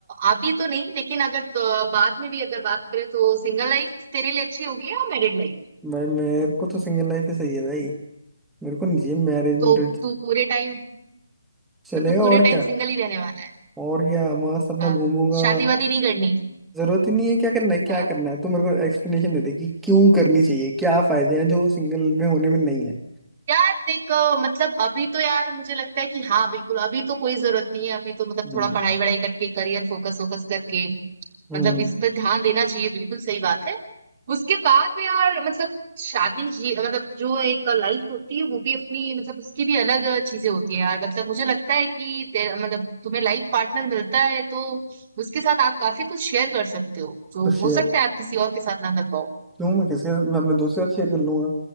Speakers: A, on the right; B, in the centre.
A: अभी तो नहीं लेकिन अगर अ, बाद में भी अगर बात करें तो सिंगल लाइफ तेरे लिए अच्छी होगी या मैरिड लाइफ
B: भाई मेरे को तो सिंगल लाइफ ही सही है भाई मेरे को नहीं मैरिज मोरिज
A: तो तू पूरे टाइम
B: चलेगा
A: तो तू पूरे
B: और
A: टाइम
B: क्या
A: सिंगल ही रहने वाला
B: और क्या मस्त अपना
A: है हाँ,
B: घूमूंगा
A: शादी वादी नहीं करनी
B: जरूरत ही नहीं है क्या करना है क्या
A: हाँ।
B: करना है तो मेरे को एक्सप्लेनेशन दे दे कि क्यों करनी चाहिए क्या फायदे हैं जो सिंगल में होने में नहीं है
A: यार देख अ, मतलब अभी तो यार मुझे लगता है कि हाँ बिल्कुल अभी तो कोई जरूरत नहीं है अभी तो मतलब
B: हम्म
A: थोड़ा पढ़ाई वढ़ाई करके करियर फोकस वोकस करके मतलब
B: हम्म
A: इस पर ध्यान देना चाहिए बिल्कुल सही बात है उसके बाद में यार मतलब शादी जी मतलब जो एक लाइफ होती है वो भी अपनी मतलब उसकी भी अलग चीजें होती है यार मतलब मुझे लगता है कि तेरा मतलब तुम्हें लाइफ पार्टनर मिलता है तो उसके साथ आप काफी कुछ शेयर कर सकते हो जो
B: तो शेयर
A: हो सकता है आप किसी और के साथ ना कर पाओ
B: क्यों मैं किसके साथ मैं अपने दोस्त के साथ शेयर कर लूंगा